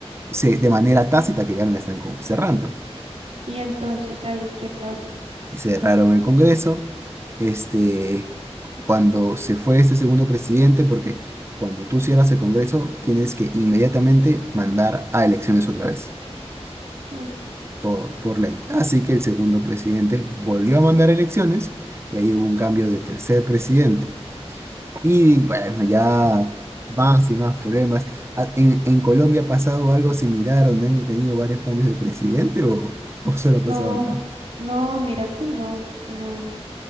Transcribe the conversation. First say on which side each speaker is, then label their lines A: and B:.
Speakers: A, on the right; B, on the right.
A: se- de manera tácita que ya me la están co- cerrando.
B: y entonces ahí, ¿qué pasa?
A: Y cerraron el Congreso. Este, cuando se fue este segundo presidente, porque cuando tú cierras el Congreso, tienes que inmediatamente mandar a elecciones otra vez.
B: Mm,
A: por, por ley. Así que el segundo presidente volvió a mandar elecciones y ahí hubo un cambio de tercer presidente. Y bueno, ya más y más problemas. Ah, ¿En, en Colombia ha pasado algo similar donde han tenido varios cambios de presidente o, o solo ha pasado
B: No,
A: acá?
B: no, mira que no, no.